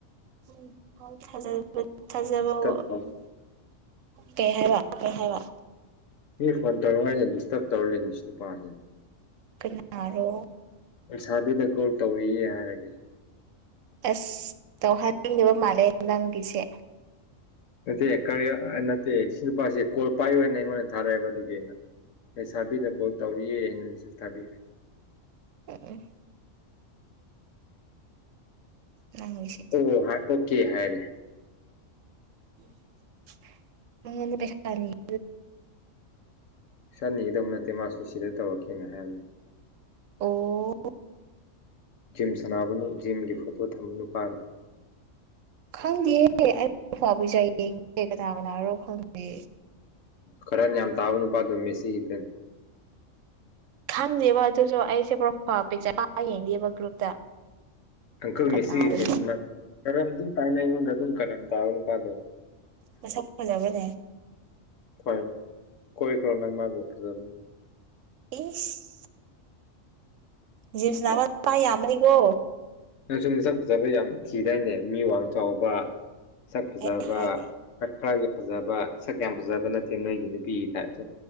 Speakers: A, on the right; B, on the left.
A: ꯎꯝ ꯊꯥꯖꯕ
B: ꯗꯤꯁꯇꯔꯕ
A: ꯋꯥ
B: ꯇꯧ
A: ꯑꯝ ꯀꯩ ꯍꯥꯏꯕ ꯀꯩ ꯍꯥꯏꯕ
B: ꯃꯤ ꯐꯣꯟ ꯇꯧꯔꯉꯥꯏꯩꯅ ꯗꯤꯁꯇꯔꯕ ꯇꯧꯔꯔꯤꯅꯤ ꯅꯨꯄꯥꯁꯦ
A: ꯀꯅꯥꯔꯣ
B: ꯂꯩꯁꯥꯕꯤꯗ ꯀꯣꯜ ꯇꯧꯔꯤꯌꯦ ꯍꯥꯏꯔꯒꯦ
A: ꯑꯁ ꯇꯧꯍꯟꯅꯤꯡꯉꯕ ꯃꯥꯜꯂꯦ ꯅꯪꯒꯤꯁꯦ
B: ꯅꯠꯇꯦ ꯀꯔꯤ ꯅꯠꯇꯦ ꯁꯤ ꯅꯨꯄꯥꯁꯦ ꯀꯣꯜ ꯄꯥꯏ ꯑꯣꯏꯅ ꯑꯩꯉꯣꯟꯗ ꯊꯥꯔꯛꯑꯦꯕ ꯑꯗꯨꯒꯤ ꯑꯩꯅ ꯂꯩꯁꯥꯕꯤꯗ ꯀꯣꯜ ꯇꯧꯔꯤꯌꯦ ꯍꯥꯏꯅ ꯃꯦꯁꯦꯁ ꯊꯥꯕꯤꯈ꯭ꯔꯦ
A: ꯎꯝ ꯅꯪꯒꯤꯁꯤꯗꯤ
B: ꯑꯣ ꯑꯣꯀꯦ ꯍꯥꯏꯔꯦ
A: <unintelligible>
B: ꯁꯠꯅꯤꯡꯈꯤꯗꯕ ꯅꯠꯇꯦ ꯃꯥꯁꯨ ꯁꯤꯗ ꯇꯧꯔꯛꯀꯦꯅ ꯍꯥꯏꯔꯝꯃꯤ
A: ꯑꯣ
B: ꯖꯤꯝ ꯁꯥꯟꯅꯕꯅꯨ ꯖꯤꯝꯒꯤ ꯐꯣꯇꯣ ꯊꯝꯕꯅꯨꯄꯥꯥꯅ
A: ꯈꯪꯗꯦꯍꯦ ꯑꯩꯕꯖꯥ ꯌꯦꯡꯒꯦ ꯀꯅꯥ ꯀꯅꯥꯔꯣ ꯈꯪꯗꯦ
B: ꯈꯔ ꯌꯥꯝ ꯇꯥꯕ ꯅꯨꯄꯥꯗꯣ ꯃꯤꯁꯤꯒꯤ ꯐꯤꯟ
A: ꯈꯟꯗꯦꯕ ꯑꯗꯨꯁꯨ ꯑꯩꯁꯦ ꯄ꯭ꯔ ꯄꯤ ꯌꯦꯡꯗꯦꯕ ꯒ꯭ꯔꯨꯞꯇ
B: ꯑꯪꯀꯜ
A: ꯀꯅꯥꯔꯣ
B: ꯃꯤꯦꯁꯤꯒꯤ ꯐꯤ ꯈꯔ ꯑꯗꯨꯝ ꯄꯥꯏꯅ ꯑꯩꯉꯣꯟꯗ ꯑꯗꯨꯝ ꯈꯔ ꯇꯥ ꯅꯨꯄꯥꯗꯣ
A: ꯃꯁ ꯐ ꯐꯖꯕ꯭ꯔꯅꯦ
B: ꯍꯣꯏ ꯀꯣꯏꯈ꯭ꯔꯣ ꯅꯪ ꯃꯥꯕꯨ ꯐꯖꯅ
A: ꯏꯁ ꯖꯤꯝ ꯁꯥꯟꯅꯕ ꯅꯨꯄꯥ ꯌꯥꯝꯕꯅꯤꯀꯣ
B: ꯅꯪꯁꯨ ꯃꯁꯛ ꯐꯖꯕ ꯌꯥꯝ ꯊꯤꯗꯥꯏꯅꯦ ꯃꯤ ꯋꯥꯡ ꯆꯥꯎꯕ ꯃꯁꯛ ꯐꯖꯕ
A: ꯑꯩ ꯍꯥꯏꯗꯦ
B: ꯈ ꯈꯔꯒꯤ ꯐꯖꯕ ꯁꯛ ꯌꯥꯝ ꯐꯖꯕ ꯅꯠꯇꯦ ꯅꯣꯏꯒꯤ ꯅꯨꯄꯤ ꯇꯥꯏꯞꯁꯦ